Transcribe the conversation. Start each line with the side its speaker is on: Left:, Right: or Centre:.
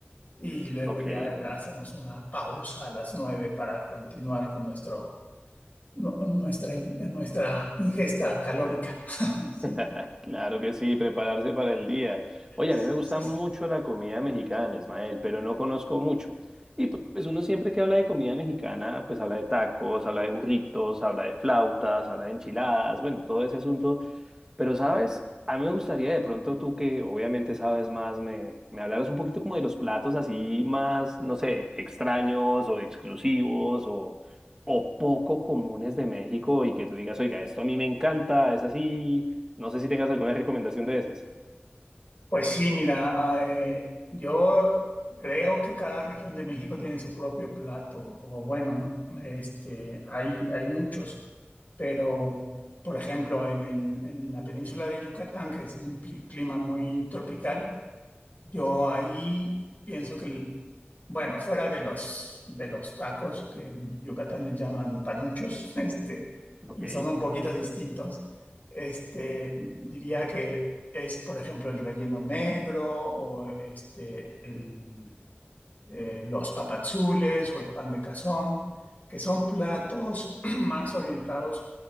Left: y luego
Right: ok.
Left: ya hacemos una pausa a las nueve para continuar con nuestro, nu- nuestra, in- nuestra ingesta calórica. <laughs> Sí,
Right: <laughs> Claro que sí, prepararse para el día. Oye,
Left: sí,
Right: a mí me gusta
Left: sí, sí.
Right: mucho la comida mexicana, Ismael, pero no conozco mucho. Y pu- pues uno siempre que habla de comida mexicana, pues habla de tacos, habla de burritos, habla de flautas, habla de enchiladas, bueno, todo ese asunto. Pero, ¿sabes? A mí me gustaría de pronto tú que obviamente sabes más, me, me hablaras un poquito como de los platos así más, no sé, extraños o exclusivos o, o poco comunes de México y que tú digas, oiga, esto a mí me encanta, es así. No sé si tengas alguna recomendación de esas.
Left: Pues sí, mira, ah, eh, yo creo que cada región de México tiene su propio plato, o bueno, no, este, hay, hay muchos, pero por ejemplo, en el, en la península de Yucatán, que es un pi- clima muy tropical, yo ahí pienso que, el- bueno, fuera de los, de los tacos que en Yucatán les llaman panuchos, <laughs> este,
Right: Ok.
Left: y son un poquito distintos, este, diría que es, por ejemplo, el relleno negro o este, el, eh, los papazules o el pan de cazón, que son platos <clears throat> más orientados